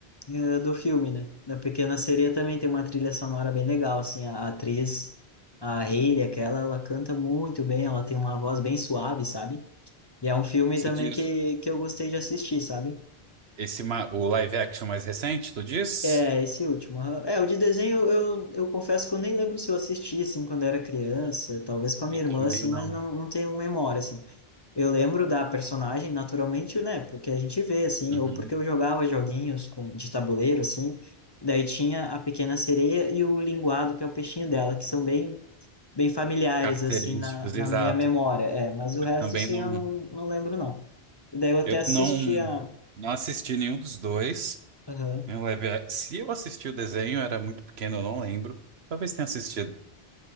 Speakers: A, on the left; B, on the right.
A: ah, do filme, né? Da Pequena Sereia também tem uma trilha sonora bem legal, assim, a, a atriz, a Hailey, aquela, ela canta muito bem, ela tem uma voz bem suave, sabe? E é um filme
B: Você
A: também
B: diz?
A: que, que eu gostei de assistir, sabe?
B: Esse, ma- o live action mais recente, tu diz?
A: É, esse último. Ah, É, o de desenho, eu, eu eu confesso que eu nem lembro se eu assisti, assim, quando era criança, talvez com a minha
B: Eu também
A: irmã, assim,
B: não.
A: mas não, não tenho memória, assim. Eu lembro da personagem naturalmente, né? Porque a gente vê, assim,
B: Uhum.
A: ou porque eu jogava joguinhos com, de tabuleiro, assim, daí tinha a pequena sereia e o linguado, que é o peixinho dela, que são bem, bem familiares,
B: Características,
A: assim, na, na
B: exato.
A: minha memória. É, mas o
B: Eu
A: resto,
B: também
A: sim,
B: não.
A: eu não, não lembro, não. E daí eu até
B: Eu
A: assistia.
B: não, não assisti nenhum dos dois.
A: Aham.
B: Nenhum live ac- Se eu assisti o desenho, era muito pequeno, eu não lembro. Talvez tenha assistido.